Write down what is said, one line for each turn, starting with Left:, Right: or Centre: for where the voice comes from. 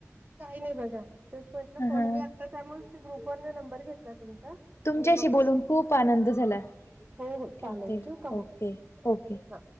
Right: काही नाही बघा. तेच म्हंटलं
Left: हा
Right: फोन.
Left: हा
Right: मी आता त्यामुळे ते ग्रुपवरन नंबर घेतला तुमचा.
Left: तुमच्यांशी
Right: आणि मग
Left: बोलून खूप आनंद झाला.
Right: हो हो
Left: ठेवते.
Right: चालेल ठेवू का
Left: ओके
Right: मग
Left: ओके.
Right: हा